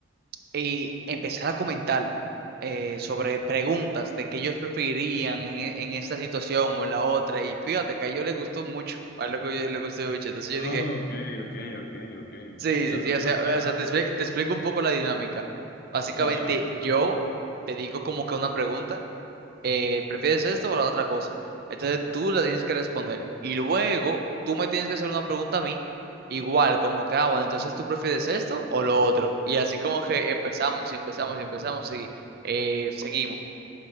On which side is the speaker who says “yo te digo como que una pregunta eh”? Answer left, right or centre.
Right